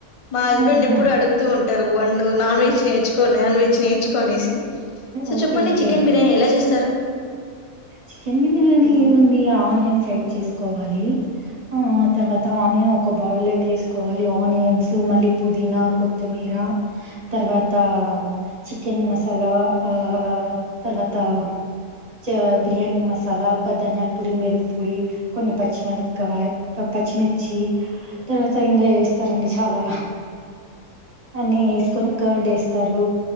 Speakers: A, on the left (about 50°); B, on the right (about 30°).
A: మా హస్బెండ్
B: ఆహా
A: ఎప్పుడు అడుగుతూ ఉంటారు వన్ నాన్ వెెజ్ నేర్చుకో నాన్ వెజ్ నేర్చుకో కోనేసి సో
B: ఓకే
A: చెప్పండి
B: ఓకే
A: చికెన్ బిర్యానీ ఎలా చేస్తారు
B: చికెన్ బిర్యానీ
A: మ్మ్
B: ఏముంది ఆనియన్ ఫ్రై చేసుకోవాలి ఆ తర్వాత అనియన్ ఒక బవుల్ వేసు కోవాలి ఆనియన్స్ మళ్ళీ పుదీనా కొత్తిమీర తర్వాత చికెన్ మసాలా ఆ తర్వాత చ బిర్యానీ మసాలా ధనియాల పొడి మిరుపు పొడి కొన్ని పచ్చిమిరపకాయ పచ్చిమిర్చి తర్వాత ఇంకా ఏస్తారండి చాలా అ కొని కర్డ్ వేస్తారు